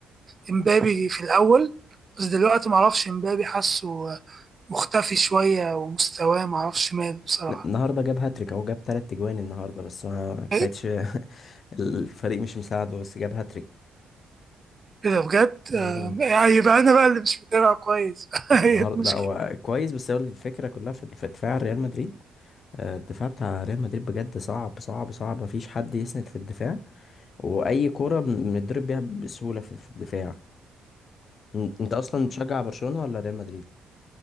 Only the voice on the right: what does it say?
بامبابي في الاول بس دلوقتي معرفش امبابي حاسه مختفي شوية ومستواه معرفش ماله بصراحة
إيه؟
كده بجد
آه، يعني يبقى انا بقى اللي مش متابع كويس <laughs>
هي
المشكلة